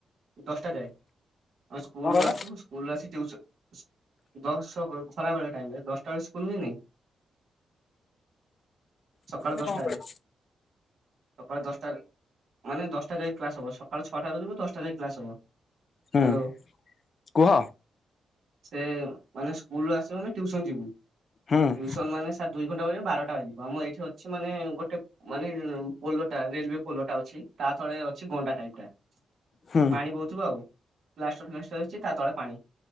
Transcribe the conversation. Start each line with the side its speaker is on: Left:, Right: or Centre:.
Right: ଦଶଟା ଯାଏ ଆମ ସ୍କୁଲରୁୁ
Left: କଣ କହିଲ
Right: ଆସିବୁ ସ୍କୁଲୁ ଆସି ଟ୍ୟୁସନ୍ ଦଶ ଖରାବେଳେ ଟାଇମରେ ଦଶଟା ବେଳେ ସ୍କୁଲ ହୁଏନି ସକାଳ
Left: ଶୁଭୁନି
Right: ଦଶଟାରେ।
Left: କଣ କହିଲ
Right: ସକାଳ ଦଶଟା ମାନେ ଦଶଟା ଯାକ କ୍ଲାସ ହବ ସକାଳ ଛଅଟାରେ ଯିବ ଦଶଟା ଯାକ କ୍ଲାସ ହବ। ହ୍ୟାଲୋ।
Left: ହୁଁ କୁହ
Right: ସେ ମାନେ ସ୍କୁଲୁରୁ ଆସିବୁ ମାନେ ଟ୍ୟୁସନ ଯିବୁ।
Left: ହୁଁ।
Right: ଟ୍ୟୁସନ ମାନେ ସାର୍ ଦୁଇ ଘଣ୍ଟା <unintelligible> ବାରଟା ବାଜିବ ଆମ ଏଠି ଅଛି ମାନେ ଗୋଟେ ମାନେ ପୋଲୋଟା ରଲୱେ ପୋଲୋଟା ଅଛି। ତାଥରେ ଅଛି ଗଣ୍ଡା ଟାଇପ୍ ଟା
Left: ହୁଁ
Right: ପାଣି ବହୁ ଥିବ ଆଉ ପ୍ଲାଷ୍ଟର ଫାଷ୍ଟର ହେଇଛି ତା ତଳେ ପାଣି